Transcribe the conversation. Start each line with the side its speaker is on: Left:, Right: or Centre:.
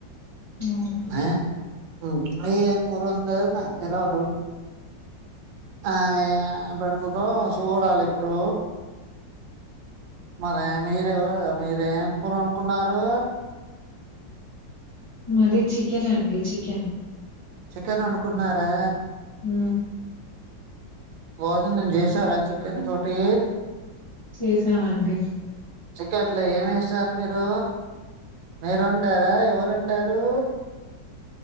Left: అవునా
Right: మె హుం ఏం కూరవునదొ నాక్ తెల్వదు. ఆవే పెడతుదో చూడాలిప్పుడు, మరే మీరేవరు మీరేం కూరండుకున్నారు.
Left: మాది చికెన్ అండి, చికెన్
Right: చికెన్ వన్నుకున్నారా.
Left: హు
Right: భోజన్ జేసారా చికెన్ తోటి
Left: చేసాంవండి.
Right: చికెన్లొ ఏవేసారు మీరూ, మీరొండరా ఎవరొండారు.